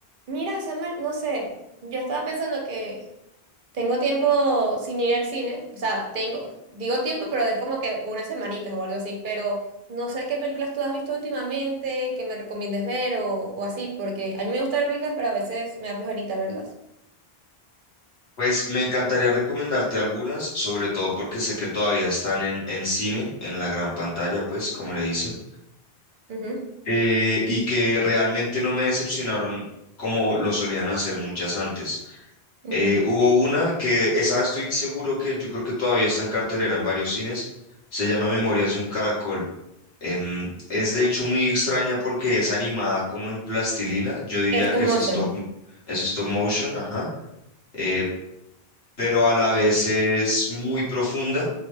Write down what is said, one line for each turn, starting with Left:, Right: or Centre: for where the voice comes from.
Right: Mira, Samuel, no sé, yo estaba pensando que tengo tiempo sin ir al cine, o sea, tengo, digo tiempo, pero es como que unas semanitas o algo así, pero no sé qué películas tú has visto últimamente, que me recomiendes ver o, o así, porque a mí me gusta ver películas, pero a veces me da flojerita verlas.
Left: Pues me encantaría recomendarte algunas, sobre todo porque sé que todavía están en, en cine, en la gran pantalla, pues, como le dicen,
Right: Ujú,
Left: eh, y que realmente no me decepcionaron como lo solían hacer muchas antes.
Right: ujú.
Left: Eh, hubo una que, esa estoy seguro que yo creo que todavía está en cartelera en varios cines, se llama Memorias de un Caracol. Em, es de hecho muy extraña porque es animada como en plastilina, yo diría
Right: Esto
Left: que
Right: es motion.
Left: es stop, es stop motion, ajá. Eh, pero a la vez es muy profunda.